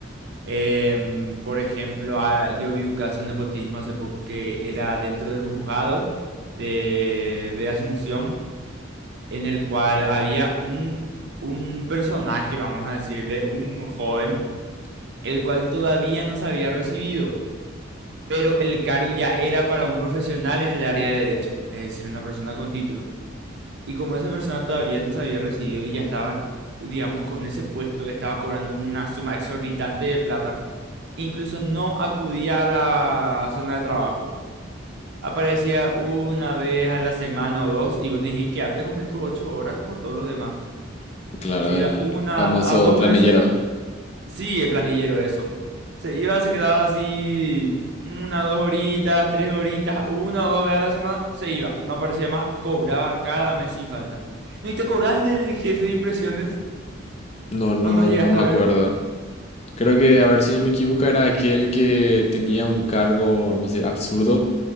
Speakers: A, on the right; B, on the left.
A: Em, por ejemplo, ah, yo vi un caso de nepotismo hace poco que era dentro del juzgado de, de Asunción, en el cual había un, un personaje, vamos a decirle, un joven, el cual todavía no se había recibido. pero el cargo ya era para un profesional en el área de derecho, es decir, una persona con título. Y como esa persona todavía no se había recibido y ya estaba, digamos, con ese puesto, estaba cobrando una suma exorbitante de plata, incluso no acudía a la zona de trabajo. Aparecía una vez a la semana o dos y vos tenías que quedarte a cumplir tus ocho horas como todos los demás.
B: Claro,
A: Se iba
B: el
A: una
B: famoso
A: a dos
B: planillero.
A: veces Sí, el planillero, eso. Se iba, se quedaba así una, dos horitas, tres horitas, una o dos veces a la semana, se iba, no aparecía más, cobraba cada mes sin falta. ¿No y te cobras del jefe de impresiones?
B: No, no,
A: ¿O no llegaste
B: no me
A: a
B: acuerdo.
A: ver?
B: Creo que, a ver si no me equivoco, era aquel que tenía un cargo, vamos a decir, absurdo,